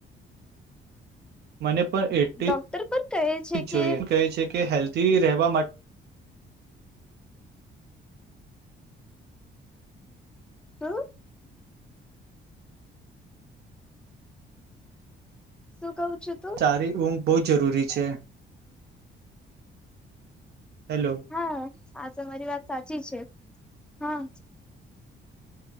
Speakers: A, on the right (about 55°); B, in the centre.
A: મને પણ એટલી
B: ડોક્ટર પણ કહે છે
A: જોઈ
B: કે
A: એ કહે છે કે હેલ્ધી રહેવા માટે
B: શુ શું કઉ છુ, તુ
A: ચારે ઘ બહુ જ જરૂરી છે. હેલો
B: હા આ તમારી વાત સાચી છે, હા